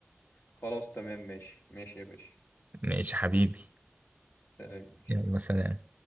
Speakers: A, on the left; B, on the right.
A: خلاص تمام ماشي ماشي يا باشا
B: ماشي يا حبيبي
A: تمام ماشي
B: يلا سلام